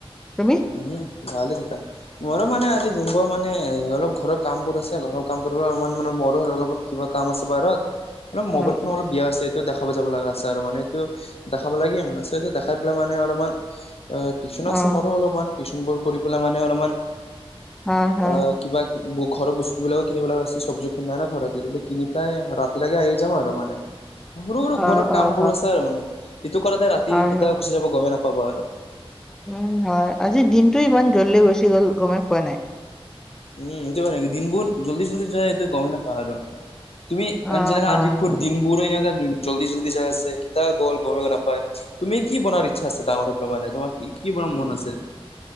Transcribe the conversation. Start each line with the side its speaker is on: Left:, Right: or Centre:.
Centre: তুমি?
Left: উম, ভালে তেতা মোৰো মানে আজি যোনবোৰ মানে অলপ ঘৰত কাম বোৰ আছে ঘৰৰ কাম কৰিব মন‌ মানে মোৰো অলপমান কিবা কাম আছে <unintelligible> ৰত। অলপ
Centre: অ
Left: মোবাইল খন অলপ বিয়া হৈছিল দেখাব যাব লাগা আছে আৰু মানে এইটো দেখাব লাগে <unintelligible> দেখাই পেলাই মানে অলপমান আ টিউচন
Centre: অ
Left: আছে
Centre: অ
Left: মোৰো অলপমান টিউচন বোৰ কৰি পেলাই মানে অলপমান
Centre: হয় হয়
Left: আ কিবা ঘৰৰ বস্তুবিলাক কিনিব লগা আছে চব্জি নাই ন ঘৰত সেইবিলাক কিনি পেলাই ৰাতিলৈকে আহি যাম আৰু মানে <unintelligible> সৰু সৰু ঘৰৰ
Centre: অ
Left: কাম
Centre: অ
Left: বোৰ
Centre: হয়
Left: আছে আৰু মানে ইটো কৰাতে ৰাতি
Centre: হয়
Left: কেতিয়া
Centre: হয়
Left: গুচি যাব গমেই নাপাবা আৰু
Centre: উম হয় আজি দিনটোৱেই ইমান জলদি গুছি গ'ল গমে পোৱা নাই
Left: উম এইটো হয় দিনবোৰ জল্দি জল্দি যায়টো গমে নাপাওঁ আৰু তুমি
Centre: অ
Left: যেনেকে
Centre: হয়
Left: আজি খুদ দিনবোৰো এনেকুৱা জল্দি জল্দি যাই আছে কেতিয়া গ'ল গমেই নাপায় তুমি কি বনাৰ ইচ্ছা আছে ডাঙৰ হৈ পেলাই মানে তোমাৰ কি কি বনাৰ মন আছে